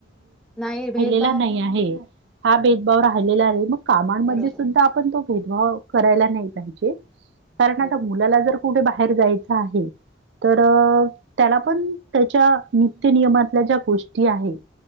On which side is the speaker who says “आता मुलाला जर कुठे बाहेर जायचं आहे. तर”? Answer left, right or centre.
Right